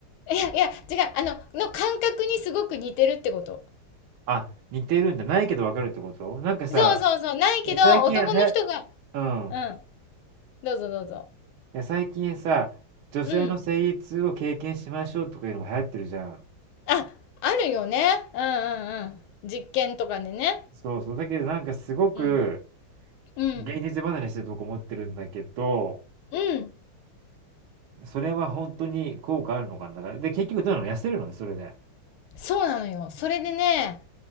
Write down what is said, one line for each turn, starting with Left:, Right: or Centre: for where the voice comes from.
Left: いや、いや、違う、あの、の感覚にすごく似てるってこと。
Right: <laughs> あ、似てるんだ。ないけどわかるってことなんかさ、
Left: そうそうそう、ないけど、
Right: いや最近はや、
Left: 男の人が、
Right: うん。
Left: うん、どうぞどうぞ。
Right: いや最近さ、女性の生理痛を経験しましょうとかいうのも流行ってるじゃん。
Left: うん。あ、あるよね。うんうんうん。実験とかでね。
Right: そうそう。だけどなんかすごく
Left: うん。うん。
Right: 現実離れしてるとこ思ってるんだけど、
Left: うん。
Right: それは本当に効果あるのかな。だからで、結局どうなの痩せるのね、それで。
Left: そうなのよ。それでね、